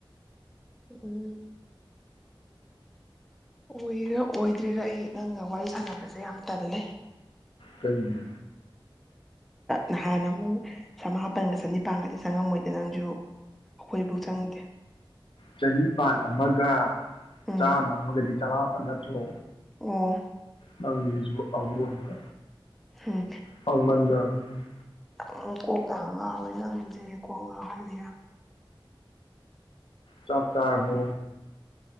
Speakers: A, in the centre; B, on the left.
A: ꯎꯝ ꯑꯣꯏꯔ ꯑꯣꯏꯗ꯭ꯔꯤꯔꯥ ꯑꯩ ꯅꯪꯒ ꯋꯥꯔꯤ ꯁꯥꯟꯅꯕꯁꯦ ꯌꯥꯝ ꯇꯜꯂꯦ
B: ꯀꯔꯤꯒꯤ
A: ꯅꯍꯥꯟ ꯑꯃꯨꯛ ꯆꯃꯥꯄꯜꯒ ꯆꯅꯤꯄꯥꯟꯒꯗꯤ ꯆꯪꯉꯝꯃꯣꯏꯗ ꯅꯪꯁꯨ ꯑꯩꯈꯣꯏꯕꯨ ꯆꯪꯗꯦ
B: ꯆꯅꯤꯄꯥꯟ ꯑꯃꯒ ꯇꯥ
A: ꯎꯝ
B: ꯆꯥꯝꯃ ꯑꯃꯒꯗꯤ ꯆꯃꯥꯄꯟ ꯅꯠꯇ꯭ꯔꯣ
A: ꯑꯣ
B: ꯅꯪꯁꯤꯁꯨ ꯑꯋꯣꯏꯕ
A: ꯎꯝ
B: ꯍꯥꯎꯃꯠꯗꯅꯅꯦ
A: ꯅꯪꯁꯦ ꯀꯣꯛ ꯌꯥꯝ ꯉꯥꯎꯏ ꯅꯪꯖꯤꯗꯤ ꯀꯣꯛ ꯉꯥꯎꯍꯜꯂꯦ ꯌꯥꯝ
B: ꯆꯥꯛ ꯆꯥꯔꯕꯣ